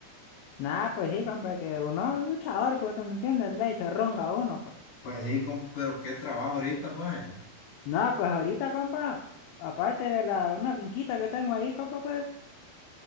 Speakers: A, on the left (about 85°); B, on the left (about 70°).
A: Nada, pues sí, compa, que uno es luchador, pues, ¿te ¿me entiendes? Le echa ronga a uno, pues.
B: Pues sí, compa, pero qué trabajo ahorita, pues.
A: Nada, pues ahorita, compa, aparte de la, una finquita que tengo ahí, compa, pues,